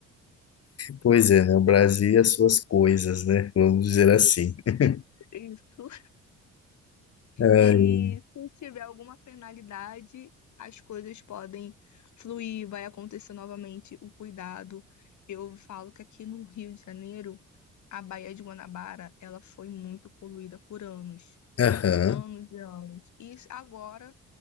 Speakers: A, on the left; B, on the left.
A: Pois é, né? O Brasil e as suas coisas, né? Vamos dizer assim. <laughs>
B: Isso.
A: Ai,
B: E se tiver alguma penalidade, as coisas podem fluir, vai acontecer novamente o cuidado. Eu falo que aqui no Rio de Janeiro, a Baía de Guanabara, ela foi muito poluída por anos,
A: Aham.
B: anos e anos. E agora